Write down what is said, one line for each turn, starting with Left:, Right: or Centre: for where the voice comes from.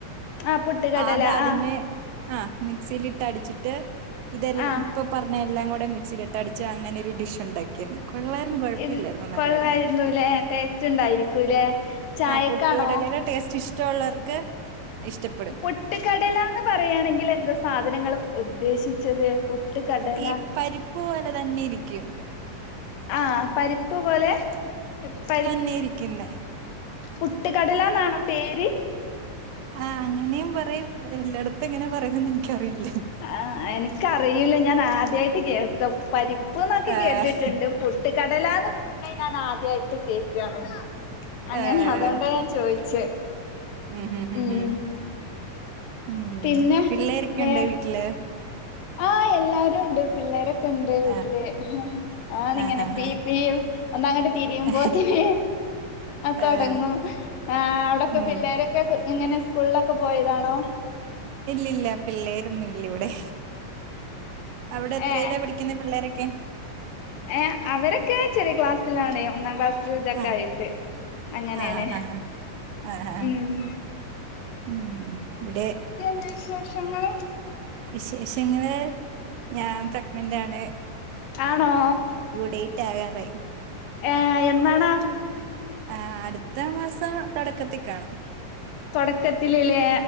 Left: ആഹ് പൊട്ടുകടല
Right: അതാ അദ്യമേ
Left: ആഹ്
Right: ആഹ് മിക്സിലിട്ട് അടിച്ചിട്ട് ഇതെ
Left: ആഹ്
Right: ഇപ്പൊ പറഞ്ഞ എല്ലാം കൂടെ മിക്സിയിലിട്ട് ട്ടടിച്ച് അങ്ങനെ ഒരു ഡിഷ് ഉണ്ടാക്കിരുന്നു കൊള്ള കുഴപ്പല്ലായിരുന്നു
Left: ഇത് കൊള്ളായിരുന്നുല്ലേ
Right: നല്ലായിരുന്നു
Left: ടേസ്റ്റ് ഉണ്ടായിരിക്കൂല്ലേ ചായക്കാണോ
Right: ആ പൊട്ടകടലെടെ ടേസ്റ്റ് ഇഷ്ടമുള്ളവർക്ക് ഇഷ്ടപ്പെ
Left: പൊട്ടുകടല എന്ന് പറയുകയാണെങ്കിൽ എന്താ സാധനങ്ങൾ ഉദ്ദേശിച്ചത് പൊട്ടുകടല
Right: ഈ പരിപ്പ് പോലെ തന്നെ ഇരിക്കും
Left: ആ പരിപ്പ് പോലെ പരിപ്പ്
Right: തന്നെ ഇരിക്കുന്നേ
Left: പുട്ട്ക്കടലാന്നാണോ പേര്
Right: ആ അങ്ങനെയും പറയും എല്ലായിടത്തും എങ്ങനെ പറയന്ന് എനിക്കറിയില്ല
Left: ആ എനിക്കറിയില്ല ഞാൻ ആദ്യായിട്ട് കേക്ക പരിപ്പ്ന്നൊക്കെ
Right: ആഹ്
Left: കേട്ടിട്ടുണ്ട് പുട്ട് പുട്ടകടലന്ന് പറയണ ഞാൻ ആദ്യായിട്ട് കേൾക്കയാണ് അങ്ങനെ
Right: ആഹ്
Left: അതൊണ്ട ഞാൻ ചോയിച്ച
Right: ഉം ഹും ഹും
Left: ഉം
Right: ഹും ഉം
Left: പിന്നെ
Right: പിള്ളേരൊക്കെുണ്ടോ
Left: വേ
Right: വീട്ടില്
Left: ആഹ് എല്ലാരും ഉണ്ട് പിള്ളേരൊക്കെ ഉണ്ട് വീട്ടില്
Right: ആഹ്
Left: ഓനിങ്ങനെ
Right: ആഹ് ആഹ്
Left: പ്പി പ്പി ഒന്ന അങ്ങോട്ട് തിരിയുമ്പോത്തിന
Right: ആഹ്
Left: തുടങ്ങും
Right: ആഹ്
Left: ആ അവിടെൊക്കെ
Right: ഉം
Left: പിള്ളേര ഒ ഇങ്ങനെ സ്കൂളിലൊക്കെ പോയതാണോ
Right: ഇല്ലല്ല പിള്ളേരൊന്നും ഇല്ല ഇവിടെ അവിടെ എത്രയിലാ
Left: ഏഹ്
Right: പഠിക്കുന്നെ പിള്ളേരൊക്കെ
Left: ഏഹ് അവരൊക്കെ ചെറിയ ക്ലാസ്സിലാണ് ഒന്നാം ക്ലാസ് ഇ ഇതൊക്കെ
Right: ആഹ്
Left: ആയിട്ട് അങ്ങനെയാണ്
Right: ആഹ് ആഹ് ആഹ് ആഹ്
Left: ഉം
Right: ഉം ഇവിടെ
Left: എന്താ വിശേഷങ്ങള്
Right: വിശേഷങ്ങള് ഞാൻ പ്രഗ്നന്റ് ആണ്
Left: ആണോ
Right: ഡെയിറ്റാകാറായി
Left: ഏഹ് എന്നാണ്
Right: ആഹ് അടുത്ത മാസം തുടക്കത്തിക്കാണും
Left: തുടക്കത്തിലില്ലേ